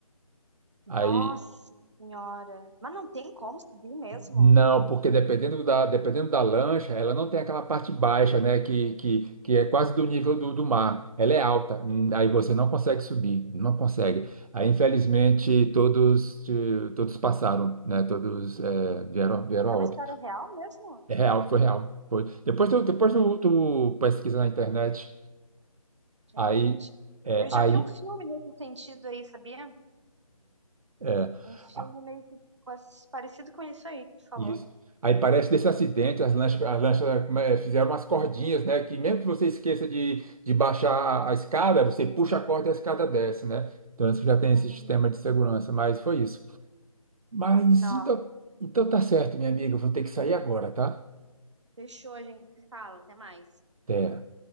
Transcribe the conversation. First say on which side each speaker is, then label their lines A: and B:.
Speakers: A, on the right; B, on the right.
A: nossa
B: Aí,
A: senhora. Mas não tem como subir mesmo?
B: Não, porque dependendo da, dependendo da lancha, ela não tem aquela parte baixa, né? Que, que, que é quase do nível do, do mar. Ela é alta, hum, aí você não consegue subir, não consegue. Aí, infelizmente, todos, eh, todos passaram, né? Todos, eh, vieram, vieram
A: Isso
B: a
A: é
B: óbito.
A: uma história real mesmo?
B: É real, foi real. Foi. Depois tu, depois tu, tu pesquisa na internet,
A: Gente,
B: aí, é,
A: eu
B: aí,
A: já vi um filme nesse sentido aí, sabia?
B: é,
A: Um filme
B: é.
A: meio que com esse- parecido com isso aí que tu falou.
B: Isso. Aí parece desse acidente, as lanchas, as lanchas como é, fizeram umas cordinhas, né? Que mesmo que você esqueça de, de baixar a, a escada, você puxa a corda e a escada desce, né? Então isso já tem
A: Uhum.
B: esse sistema de segurança, mas foi isso. Mas
A: Nossa,
B: então, então tá certo, minha amiga, eu vou ter que sair agora, tá?
A: fechou, a gente se fala. Até mais.
B: Até.